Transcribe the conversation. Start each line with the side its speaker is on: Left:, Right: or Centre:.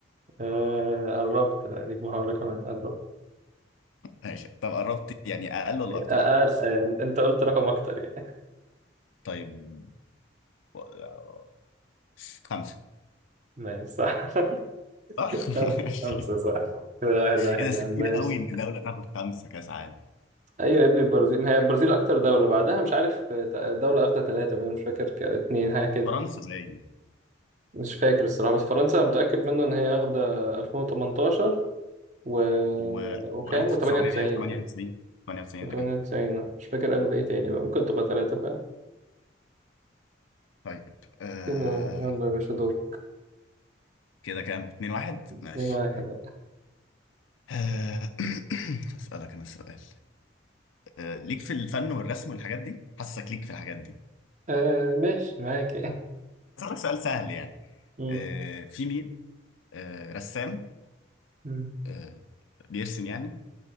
Right: آه قربت لا ليك محاوله كمان قربت
Left: ماشي طب قربت يعني أقل ولا أكتر؟
Right: اقل آه انت قلت رقم اكتر يعني
Left: طيب و- آه، خمسة
Right: ماشي صح
Left: صح
Right: <laughs>
Left: <laughs> ماشي
Right: خمسه صح كده واحد واحد
Left: ايه ده بس
Right: يا عم
Left: كتير
Right: ماشي
Left: قوي ان دوله تاخد خمسه كاس عالم
Right: ايوه يا ابني البرازيل ما هي البرازيل اكتر دوله بعدها مش عارف آه، دوله اخده ثلاثه بقى مش فاكر ك- اتنين حاجه كده
Left: فرنسا باين
Right: مش فاكر الصراحه بس فرنسا متاكد منه ان هي اخده 2018 و
Left: و و1998
Right: وكام و98
Left: 98
Right: و98
Left: ايه
Right: مش فاكر اخده ايه تاني بقى ممكن تبقى ثلاثه فاهم
Left: طيب آه...
Right: كده يلا يا باشا دور
Left: كده كام 2 1
Right: 2
Left: ماشي
Right: 1
Left: آه... <clears throat> هسألك انا سؤال آه... ليك في الفن والرسم والحاجات دي حاسسك ليك في الحاجات دي
Right: آه ماشي معاك
Left: هسألك سؤال سهل يعني
Right: مم.
Left: آه... في مين آه... رسام
Right: <laughs> مم.
Left: آه... بيرسم يعني